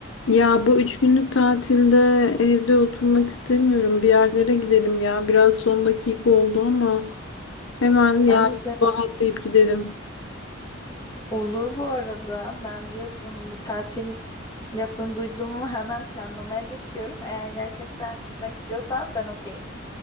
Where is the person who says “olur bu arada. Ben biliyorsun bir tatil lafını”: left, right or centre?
Left